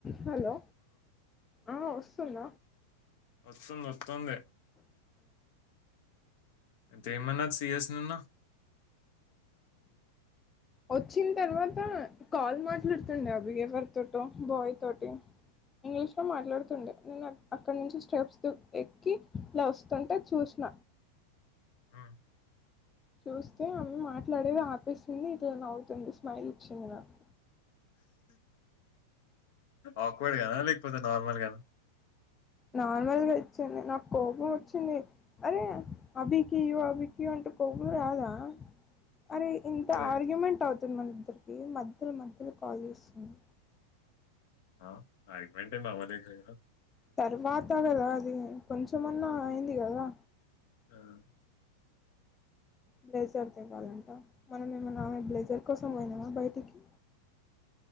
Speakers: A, on the left (about 20°); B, on the left (about 60°).
A: Hello ఆ వస్తుంద
B: వస్తుంది వస్తుంది తేమన్నారు సి ఎస్ నన్ను
A: వచ్చిన తర్వాత కాల్ మాట్లాడుతుండే అభి ఎవరు తోటో బాయ్ తోటి ఇంగ్లీష్ లో మాట్లాడుతుండే నేను అక్కడ నుంచి స్టెప్స్ దు ఎక్కి ఇలా వస్తుంటే చూసిన
B: మ్మ్
A: చూస్తే ఆమె మాట్లాడేది ఆపేసింది ఇట్లా నవ్వుతుంది స్మైల్ ఇచ్చింది నాకు
B: ఆక్వర్డ్ గానా లేకపోతే నార్మల్ గానా
A: నార్మల్గా ఇచ్చింది నాకు కోపం వచ్చింది అరే అభికీయు అభికీయు అంటే కోపం రాదా అరే ఇంత
B: అరే
A: ఆర్గ్యుమెంట్ అవుతు థిన్ మన ఇద్దరికీ మధ్యలో మధ్యలో కాల్ చేస్తుంది
B: ఆ ఆర్గుమెంట్ ఏం అవలేదు కద
A: తర్వాత కదా అది కొంచమన్నా అయింది కదా
B: హ్మ్
A: బ్లేజర్ తివాలంట మనం ఏమనా ఆమె బ్లేజర్ కోసం పోయినామ బయటికి